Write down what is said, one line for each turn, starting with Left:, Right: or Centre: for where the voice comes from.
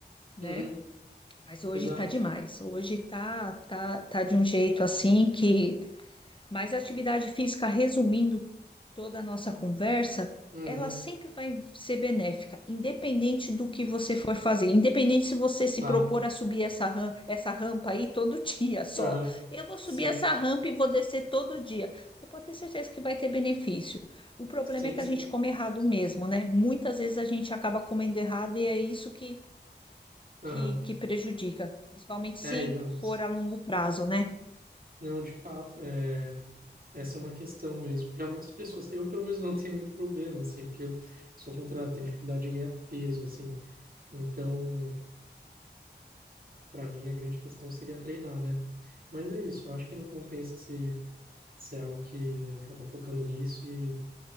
Left: né?
Right: uhum,
Left: Mas hoje
Right: exato,
Left: tá demais. Hoje tá, tá, tá de um jeito assim que mas a atividade física, resumindo toda a nossa conversa,
Right: uhum,
Left: ela sempre vai ser benéfica, independente do que você for fazer, independente se você se
Right: claro,
Left: propor a subir essa, ram- essa rampa aí todo <laughs> dia só.
Right: aham,
Left: Eu vou subir
Right: sim.
Left: essa rampa e vou descer todo dia. Você pode ter certeza que vai ter benefício. O problema
Right: Sim,
Left: é que
Right: sim.
Left: a gente come errado mesmo, né? Muitas vezes a gente acaba comendo errado e é isso que,
Right: Aham.
Left: que, que prejudica, principalmente
Right: É,
Left: se
Right: e não, isso-
Left: for a longo prazo, né?
Right: não, de fato, é, essa é uma questão mesmo. Para muitas pessoas, eu pelo menos não tenho muito problema, assim, porque eu sou o contrário, tenho dificuldade de ganhar peso, assim. Então, para mim, a grande questão seria treinar, né? Mas é isso, eu acho que não compensa se, se é algo que acaba focando nisso e